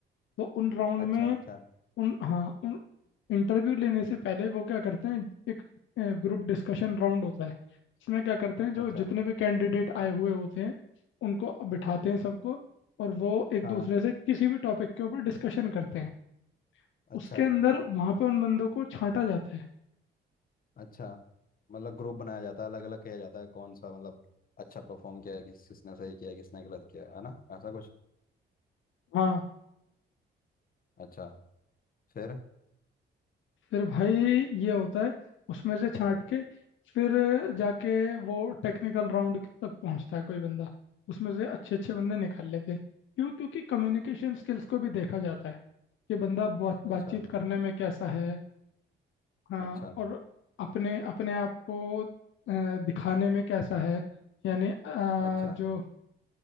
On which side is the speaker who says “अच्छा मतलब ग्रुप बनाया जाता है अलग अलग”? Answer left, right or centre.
Left